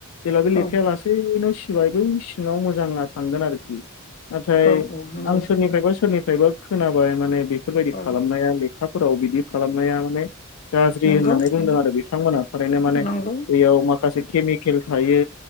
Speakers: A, on the left; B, on the left.
A: जेब्ला बे
B: औ
A: लेखाया लासैनो सिबाय बै सिङाव मोजाङा थांगोन आरोखि। नाथाय
B: औ नंगौ
A: आं सोरनिफ्रायबा सोरनिफ्रायबा खोनाबाय माने बेफोरबायदि
B: औ
A: खालामनाया लेखा फोराव बिदि खालामनाया माने गाज्रि
B: नंगौ
A: होननानै बुंदों
B: औ
A: आरो बिथांमोना थारैनो माने
B: नंगौ
A: बैयाव माखासे केमिकेल थायो।